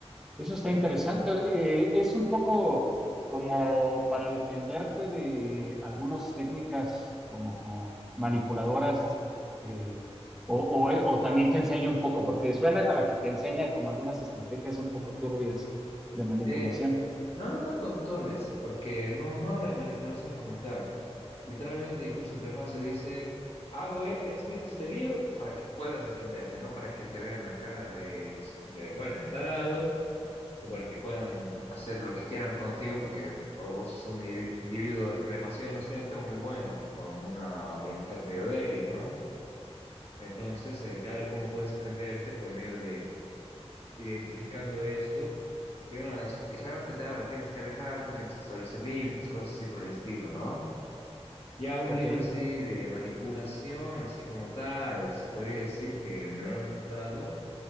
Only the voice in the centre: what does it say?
eso
está interesante. Eh, es un poco como para defenderte de algunas técnicas como manipuladoras, eh, o, o- eh, o también te enseña un poco, porque suena a que te enseña como algunas estrategias un poco turbias de manipulación.
Ok,